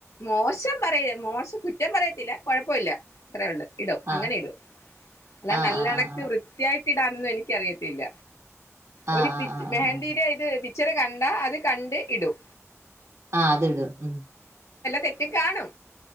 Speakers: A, on the left (about 75°); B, on the right (about 80°).
A: മോശം പറയ മോശ കുറ്റം പറയ ത്തില്ല കുഴപ്പൊല്ല ത്രേ ഉള്ളോ ഇടും
B: ആഹ്
A: അങ്ങനെ ഇടും അല്ല
B: ആഹ്
A: നല്ലണക്ക്
B: ആഹ്
A: വൃത്യായിട്ട് ഇ ടാനൊന്നും എനിക്കറിയത്തില്ല.
B: ആഹ് ആഹ്
A: ഒരു
B: ആഹ് ആഹ്
A: മെഹന്ദിടെ
B: ആഹ്
A: ഇത്. ഇച്ചിര കണ്ടാ അത് കണ്ട് ഇടും.
B: ആഹ് അതിട് ഉം.
A: സെറ്റും കാണും.